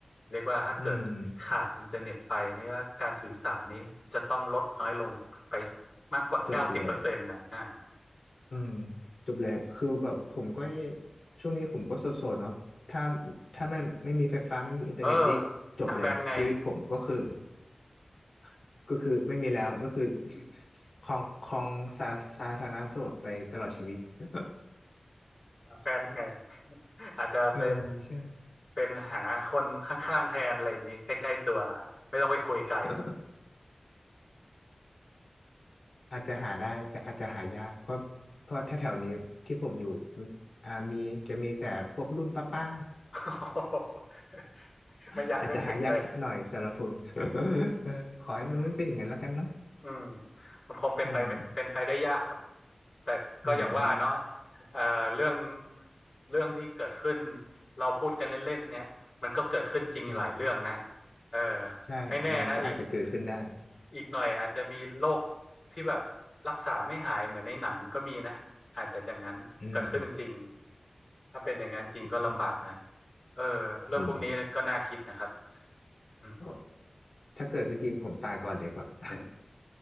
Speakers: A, on the left; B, on the left.
A: เรียกว่าถ้าเกิดขาดอินเทอร์เน็ตไปนี่ว่าการสื่อสารนี้จะต้องลดน้อยลงไป
B: อืม
A: มากกว่าเก้าสิบเปอร์เซ็นต์นะอ่า
B: จบเลย อืมจบเลยคือแบบผมก็ช่วงนี้ผมก็โสดๆเนาะถ้าถ้าไม่ไม่มีไฟฟ้าไม่มีอินเทอร์เน็ตนี่จบเลยชีวิตผมก็คือ
A: เออหาแฟนยังไง
B: <laughs> ก็คือไม่มีแล้วก็คือ <laughs> คลองครองสาสาธารณโสดไปตลอดชีวิต <laughs>
A: หาแฟนยังไงอาจจะเป็น
B: เออใช่
A: เป็นหาคนข้างๆแทนอะไรอย่างนี้ใกล้ๆตัวไม่ต้องไปคุยไกลหรอก
B: <laughs> อาจจะหาได้แต่อาจจะหายากเพราะเพราะแถวๆนี้ที่ผมอยู่มันอ่ามีจะมีแต่พวกรุ่นป้า
A: <laughs>
B: ๆ <laughs>
A: ไม่อยากนึกถึงเลย
B: อาจจะหายากหน่อยสำหรับผม <laughs> เออขอให้มันไม่เป็นอย่างนั้นแล้วกันเนาะ
A: อืมอืมมันคงเป็นไปไม่เป็นไปได้ยากครับ
B: อืม
A: แต่ก็อย่างว่าเนาะ
B: อืมเนาะ
A: เอ่อเรื่องเรื่องที่เกิดขึ้นเราพูดกันเล่นๆเนี่ยมันก็เกิดขึ้นจริงหลายเรื่องนะ
B: เออ
A: เออ
B: ใช่มันก็อาจจะเกิดขึ้นได้
A: ไม่แน่นะอีกอีกหน่อยอาจจะมีโรคที่แบบรักษาไม่หายเหมือนในหนังก็มีนะอาจจะอย่างนั้นเกิดขึ้นจริง
B: อืม
A: ๆ ถ้าเป็นอย่างนั้นจริงก็ลำบากนะ
B: อืม
A: เออเรื่องพวกนี้ก็น่าคิดนะครับ
B: จริง
A: อืม
B: ก็ถ้าเกิดขึ้นจริงผมตายก่อนเลยกว่า <laughs>